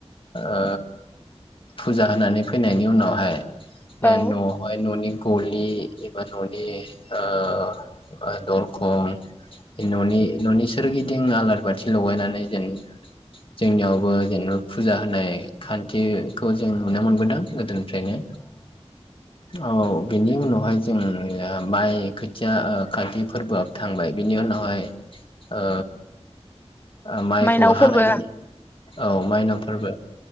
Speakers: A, on the left (about 50°); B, on the left (about 20°).
A: ओ फुजा होनानै फैनायनि उनावहाय ओ
B: औ
A: न'आवहाय न'नि गलि बा न'नि ओ ओ दरखं न'नि न'नि सोरगिदिं आलारि बाथि लगायनानै जेन जोंनियावबो जेनेबा फुजा होनाय खान्थिखौ जों नुनो मोनबोदों गोदोनि फ्रायनो औ बिनि उनावहाय जों ओ माइ खोथिया ओ खाथि फोरबोआव थांबाय बिनि उनावहाय ओ ओ माइखौ
B: माइनाव फोरबो
A: हानायनि औ माइनाव फोरबो